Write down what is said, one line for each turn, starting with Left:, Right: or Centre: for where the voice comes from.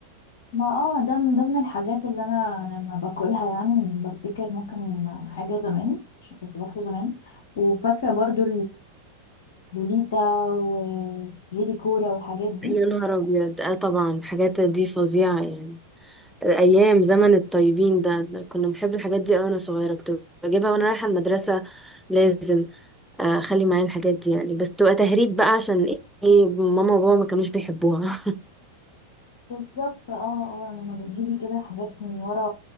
Left: ما اه ده من ضمن الحاجات اللي انا لما باكلها يعني بفتكر ممكن حاجه زمان عشان كنت باكله زمان وفاكره برضو اللوليتا وجيلي كولا والحاجات دي
Centre: يا نهار ابيض اه طبعا الحاجات دي فظيعه يعني ايام زمن الطيبين ده, ده كنا بنحب الحاجات دي أوي وانا صغيره كنت بجيبها وانا رايحه المدرسه لازم آه، اخلي معايا الحاجات دي يعني بس تبقى تهريب بقى عشان ايه إيه، ماما وبابا ما كانوش بيحبوها
Left: بالظبط اه اه لما بتجيبي كده حاجات من ورا